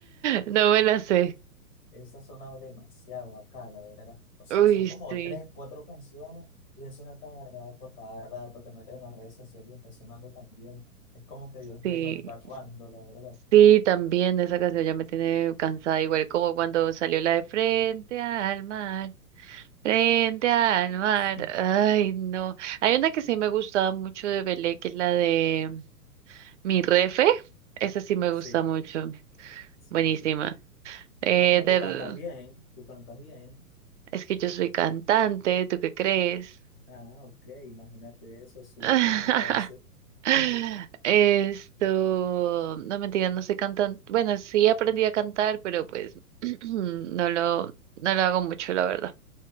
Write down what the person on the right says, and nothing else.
No me la sé.
Uy,
sí,
sí,
sí, también esa canción ya me tiene cansada, igual como cuando salió la de Frente al mar, Frente al mar,
ay, no. Hay una que sí me gustaba mucho de Belé, que es la de Mi Refe, esa sí me
gusta mucho,
buenísima.
Eh,
de-
Es que yo soy cantante, ¿tú qué crees?
<laughs>
<laughs>
Esto, no mentira, no sé cantar. Bueno, sí aprendí a cantar, pero pues <clears throat> no lo, no lo hago mucho, la verdad.